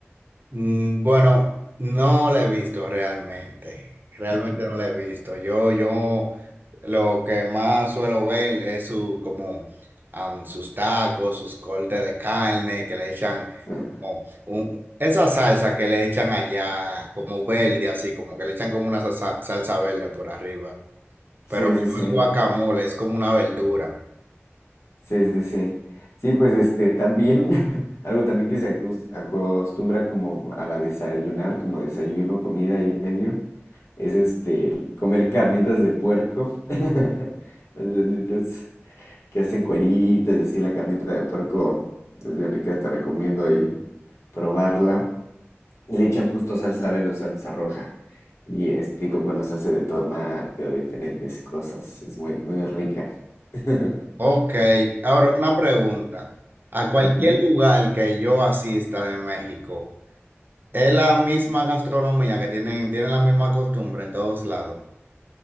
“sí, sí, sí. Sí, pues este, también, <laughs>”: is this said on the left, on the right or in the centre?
Left